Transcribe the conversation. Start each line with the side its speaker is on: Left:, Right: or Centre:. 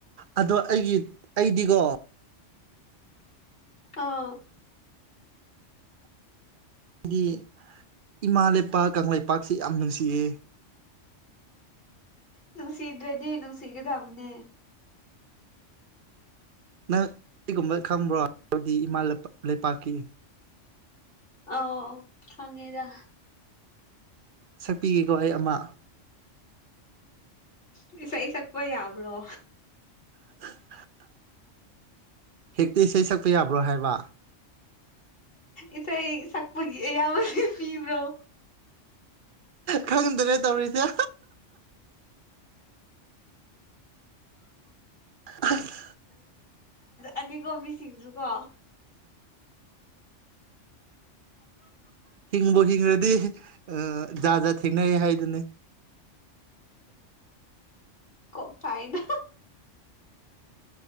Right: ꯑꯗꯣ ꯑꯩꯒꯤ ꯑꯩꯗꯤꯀꯣ
Left: ꯑ
Right: ꯍꯥꯏꯗꯤ ꯏꯃꯥ ꯂꯩꯄꯥꯛ ꯀꯪꯂꯩꯄꯥꯛꯁꯤ ꯌꯥꯝ ꯅꯨꯡꯁꯤꯏ
Left: ꯅꯨꯡ ꯁꯤꯗ꯭ꯔꯗꯤ ꯅꯨꯡꯁꯤꯒꯗꯕꯅꯦ
Right: ꯅꯪ ꯀꯒꯨꯝꯕ ꯈꯪꯕ꯭ꯔꯣ ꯍꯥꯏꯗꯤ ꯏꯃꯥ ꯂꯩꯄꯥꯛꯀꯤ
Left: ꯑꯣ ꯈꯉꯦꯗ
Right: ꯁꯛꯄꯤꯒꯦꯀꯣ ꯑꯩ ꯑꯃ
Left: ꯃꯤ ꯁꯩ ꯁꯛꯄ ꯌꯥꯕ꯭ꯔꯣ
Right: <unintelligible> ꯍꯦꯛꯇꯤ ꯏꯁꯩ ꯁꯛꯄ ꯌꯥꯕ꯭ꯔꯣ ꯍꯥꯏꯕ
Left: ꯏꯁꯩꯊ ꯁꯛꯄꯒꯤ ꯑꯌꯥꯕꯁ ꯄꯤꯕ꯭ꯔꯣ
Right: ꯈꯪꯗ꯭ꯔꯦ ꯇꯧꯔꯤꯁꯦ ꯑꯁ
Left: ꯑꯅꯤꯀꯣ ꯃꯤꯁꯤꯡꯁꯨꯀꯣ
Right: ꯍꯤꯡꯕ ꯍꯤꯡꯈ꯭ꯔꯗꯤꯖꯥ ꯖꯥꯠ ꯊꯦꯡꯅꯩ ꯍꯥꯏꯗꯨꯅꯤ
Left: ꯀ ꯐꯥꯏꯅ